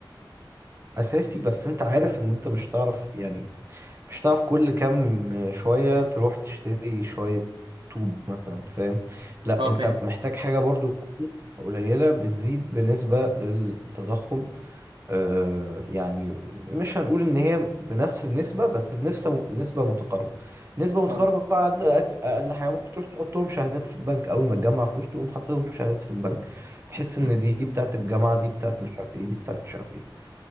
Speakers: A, on the right; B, on the right.
A: أساسي بس أنت عارف إن أنت مش هتعرف يعني مش هتعرف كل كام شوية تروح تشتري شوية طوب مثلا فاهم لا
B: أه
A: أنت
B: فاهم
A: محتاج حاجة برضو تكون قليلة بتزيد بنسبة للتضخم آه، يعني مش هنقول ان هي بنفس النسبه بس بنفس نسبه متقاربه نسبه متقاربه
B: أه
A: بعد أك- اقل حاجه ممكن تروح تحطهم شهادات في البنك اول ما تجمع فلوس تقوم حاططهم شهادات في البنك بحيث
B: مم.
A: ان دي دي بتاعت الجامعه دي بتاعت مش عارف ايه دي بتاعت مش عارف ايه